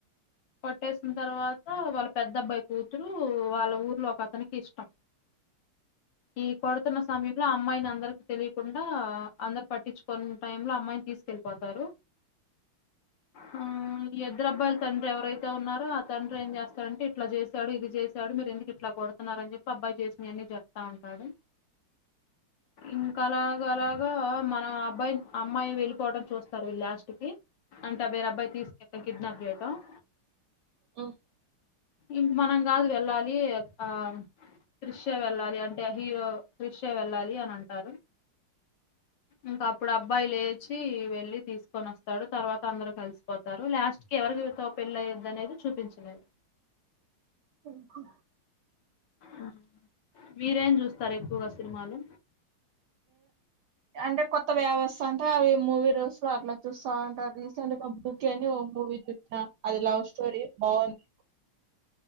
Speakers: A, on the left (about 65°); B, on the right (about 70°).
A: కొట్టేసిన తర్వాత వాళ్ళ పెద్ద అబ్బాయి కూతురు వాళ్ళ ఊర్లో ఒకక్ అతనికి ఇష్టం ఈ కొడుతున్న సమయ ఇలా అమ్మాయిని అందరికి తెలికుండా అందరు పట్టించుకోని టైమ్ లో అమ్మాయిని తీసుకెళ్ళిపోతారు మ్మ్ ఎద్దరు అబ్బాయ్ తండ్రి ఎవరైత్ తే ఉన్నారో ఆ తండ్రి ఏం చేస్తారంటే ఇట్లా చేసాడు ఇది చేసాడు మీరు ఎందుకు ఇట్లా కొడుతున్నారని చెప్పి అబ్బాయి చేసినయన్ని చెప్తా ఉంటాడు ఇంకా అలాగా అలా గా మన అబ్బాయి అమ్మాయి వెళ్ళిపోవటం చూస్తారు వీళ్లు లాస్ట్ ఇది అంటా వేరే అబ్బాయి తీసుళ్తే కిడ్నాప్ అయిది క
B: ఆ
A: ఇంక మనం కాదు వెళ్ళాలి ఆ తృశ్యా వెళ్ళాలి అంటే హీరో క్రిషే వెళ్ళాలి అని అంటారు. ఇంకా అప్పుడు అబ్బాయి లేచి వెళ్ళి తీసు కొని వస్తాడు తర్వాత అందరు కలిసిపోతారు, లాస్ట్ కి ఎవరి తో పెళ్ళిఅయిద్ అనేది చూపించలేదు.
B: అహా
A: అ మీరేం చూస్తారు ఎక్కువగా సినిమాలు.
B: అంటే కొత్తవి ఎవత్సాంటే అవి మూవీ రోస్లు అట్లా చూస్తాంట రీసెంట్ గా బుక్ అని ఓ మూవీ చూసినా. అది లవ్ స్టోరి బావుంది.